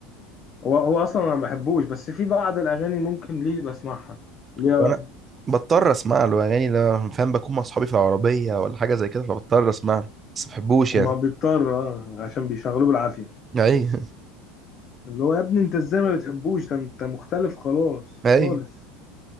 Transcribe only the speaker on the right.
وانا بضطر اسمع له اغاني لما فاهم بكون مع صحابي في العربيه ولا حاجه زي كده فبضطر اسمع له بس ما بحبوش يعني
اي
اي